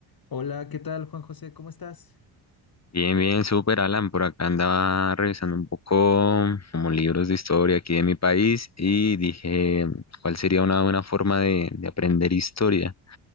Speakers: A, on the left; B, on the left.
A: Hola, ¿qué tal, Juan José? ¿Cómo estás?
B: Bien, bien, súper Alan. Por acá andaba revisando un poco como libros de historia aquí de mi país y dije, ¿cuál sería una buena forma de, de aprender historia?